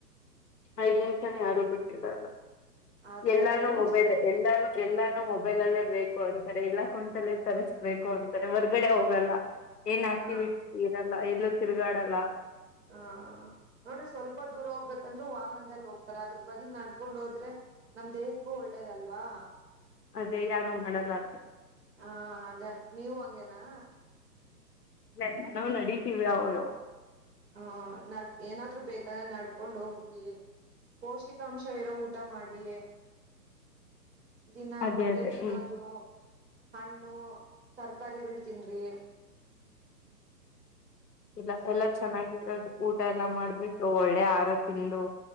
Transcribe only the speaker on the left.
ಐದ್ ನಿಮಿಷನು ಯಾರು ಬಿಟ್ಟಿರಲ್ಲಾ
ಎಲ್ಲಾನು
ಮೊಬೈಲೆ ಎಲ್ಲಾನು ಎಲ್ಲಾನು ಮೊಬೈಲ್ ಅಲ್ಲೇ ಬೇಕು ಅಂತಾರೆ ಎಲ್ಲಾ ಕುಂತಲೆ ತರಸ್ಬೇಕು ಅಂತಾರೆ ಹೊರ್ಗಡೆ ಹೋಗಲ್ಲಾ ಏನ್
ಆಕ್ಟಿವಿಟಿ ಇರಲ್ ಇಲ್ಲಾ ಎಲ್ಲೂ ತಿರುಗಾಡಲ್ಲ
ಅದೇ ಯಾರು ಮಾಡಲ್ಲ ಅ
ಇಲ್ಲಾ ನಾವ್ ನಡೀತಿವಿ ಅವಾಗ ಅವಾಗ
ಅದೇ
ಅದೇ
ಹ್ಮ್
ಇಲ್ಲ
ಎಲ್ಲ ಚೆನ್ನಾಗಿರೋದು ಊಟ ಎಲ್ಲಾ ಮಾಡ್ಬಿಟ್ಟು ಒಳ್ಳೆ ಆಹಾರ ತಿಂದು